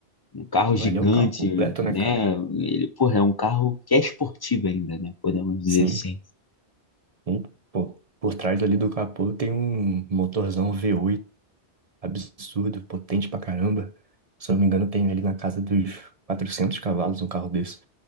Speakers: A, on the left (about 35°); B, on the right (about 40°).
A: um carro gigante,
B: Ali é um carro completo,
A: né?
B: né, cara?
A: Ele, porra, é um carro que é esportivo ainda, né? Podemos dizer
B: Sim.
A: assim.
B: E, pô, por trás ali do capô tem um motorzão V8. absurdo, potente pra caramba. Se eu não me engano, tem ali na casa dos 400 cavalos um carro desse.